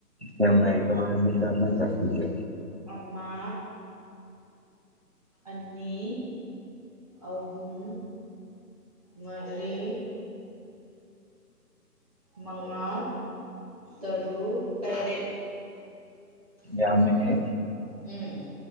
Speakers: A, on the right; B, on the right.
A: ꯌꯥꯝ ꯂꯩꯕ꯭ꯔ ꯅꯣꯢ ꯖꯥ ꯖꯥꯇꯤꯒꯤ
B: ꯑꯃ ꯑꯅꯤ ꯑꯍꯨꯝ ꯃꯔꯤ ꯃꯉꯥ ꯇꯔꯨꯛ ꯇꯔꯦꯠ
A: ꯌꯥꯝꯃꯦꯍꯦ
B: ꯎꯝ